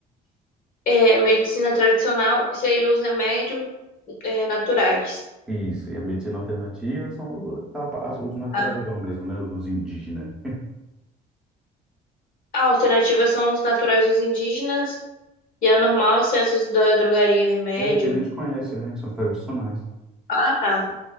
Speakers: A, on the left (about 60°); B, in the centre.
A: É, medicina tradicional, que seria os remédios, é, naturais.
B: Isso, e a medicina alternativa são aquela pa- as- os naturais
A: Ah,
B: mesmo, né? dos indígenas.
A: A alternativa são os naturais dos indígenas e a normal, os ciências da drogaria, remédio.
B: É, que a gente conhece, né? Que são os tradicionais.
A: Ah, tá.